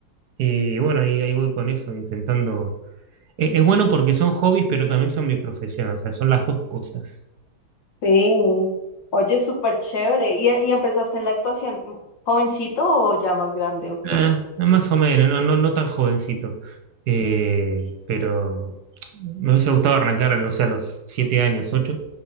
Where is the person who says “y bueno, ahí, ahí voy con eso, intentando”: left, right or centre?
Right